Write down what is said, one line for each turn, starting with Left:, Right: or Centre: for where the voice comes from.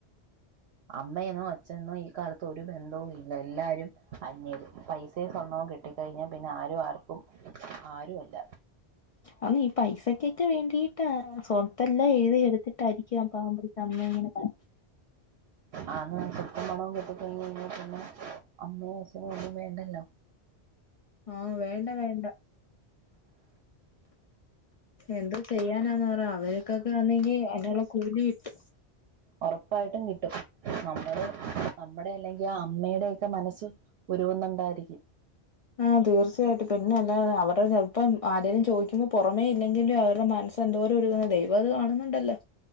Right: അമ്മയെന്നോ അച്ഛനെന്നോ ഈ കാലത്ത് ഒരു ബന്ധവും ഇല്ല എല്ലാരും അയ്രും പൈസയും സ്വർണവും കിട്ടിക്കഴിഞ്ഞാ പിന്നെ ആരും ആർക്കും ആരു അല്ല.
Left: അപ്പ ഈ പൈസക്കൊക്കെ വേണ്ടിട്ടാ. ഇതെല്ലാം എഴുതി എട്ടിരിക്കും ഞാൻ ൻമ്പ പാമ്പ് പിടിച്ച അ ഇങ്ങനെ.
Right: ആന്ന് സ്വപ്പം പണവും കിട്ട കഴിഞ് കഴിഞ്ഞാൽ പിന്നെ അമ്മയും അച്ഛന ഒന്നും വേണ്ടെല്ലോ
Left: ആഹ് വേണ്ടവേണ്ട എന്ത്തു ചെയ്യാനാന്ന് പറ അവേർക്കൊക്കെ വന്നെങ്കി അയ്നുള്ള കൂലി കിട്ടും
Right: ഒറപ്പായിട്ടും കിട്ടും. നമ്മള് നമ്മുടെ അല്ലെങ്കിൽ ആ അമ്മയുടെൊക്കെ മനസ്സ്. ഉരുകുന്നുണ്ടായിരിക്കും.
Left: ആഹ് തീർച്ചയായിട്ടും പിന്നെ അല്ലാ അവരുടെ ഇപ്പം ആരേലും ചോദിക്കുമ്പോൾ പുറമേ ഇല്ലെങ്കിലും അവരുടെ ചെന്തോര് ഒരുങ്ങുന്നതെദൈവം അത് കാണുന്നുണ്ടല്ലോ